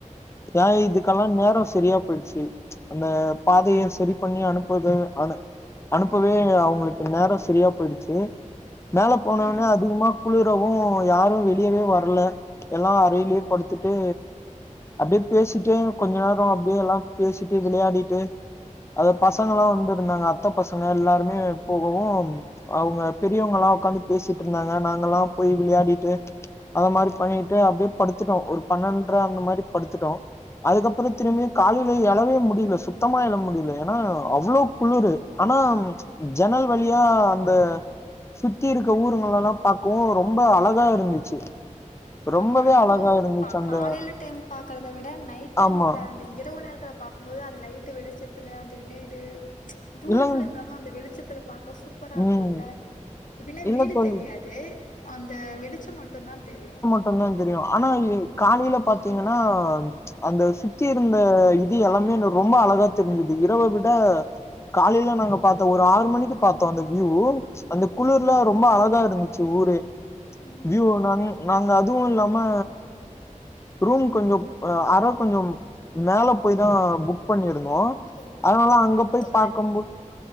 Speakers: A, on the left; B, on the left.
A: ஏன் இதுக்கெல்லாம் நேரம் சரியா போயிடுச்சு அந்த பாதைய சரி பண்ணி அனுப்புது அனு அனுப்பவே அவுங்களுக்கு நேறோம் சரியா போயிடுச்சு மேலே போனவுடனே
B: ம்.
A: அதிகமா குளிரவும் யாரும் வெளியவே வரல எல்லாம் அறையிலயே படுத்துட்டு அப்டியே பேசிட்டு கொஞ்ச நேரம் அப்டியே எல்லாம் பேசிட்டு வெளயாடிட்டு அது பசங்க
B: ம்.
A: எல்லாம் வந்துருந்தாங்க அத்த பசங்க எல்லாருமே போகவும் அவுங்க பெரியவங்க எல்லாம் உக்காந்து பேசிட்டு இருந்தாங்க நாங்கல்லாம் போய் வெளயாடிட்டு அத மாரி பண்ணிட்டு அப்டியே படுத்துட்டோம் ஒரு பன்னெண்ட்ற அந்த மாரி படுத்துட்டோம் அதுக்கப்பறம் திரும்பியும் காலையில எழவே முடியல சுத்தமா எழ முடியல ஏன்னா அவ்ளோ குளிர் ஆனா ஜன்னல் வழியா அந்த சுத்தி இருக்க ஊருங்களலாம் பாக்கவும் ரொம்ப அழகா இருந்துச்சு ரொம்பவே
B: ஆமா எப்பவும்
A: அழகா இருந்துச்சு
B: ப
A: அந்த
B: காலையில டைம் பாக்குறத விட நைட் டைம்ல
A: ஆமா
B: அந்த இரவு நேரத்துல பா மொத அந்த லைட்டு வெளிச்சத்துல அந்த வீடு ச்சி தூரத்துல
A: இல்லங்
B: இருந்தாலும் அந்த வெளிச்சத்துல பாக்க சூ சூப்பரா இருக்குல்ல
A: ம்
B: இப்டின்னா
A: இல்ல
B: வீடு
A: தோழி
B: தெரியாது அந்த வெளிச்சம் மட்டும் தான் தெரியும்
A: பண்ணா தான் தெரியும் ஆனா காலையில பாத்தீங்கன்னா அந்த சுத்தி இருந்த இது எல்லாமே ரொம்ப அழகா தெரிஞ்சுது இரவ விட காலையில நாங்க பாத்தோம் ஒரு ஆறு மணிக்கு பாத்தோம் அந்த வியூ அந்த குளிர்ல ரொம்ப அழகா இருந்துச்சு ஊரே
B: ம்
A: வீயூ எல்லாமே நாங்க அதுவும் இல்லாம ரூம் கொஞ்சோம் அற கொஞ்சோம் மேல போய் தான் புக் பண்ணிருந்தோம்
B: ஓ
A: அதனால
B: அ
A: அங்க போய்
B: தோழன்
A: பாக்கும் போ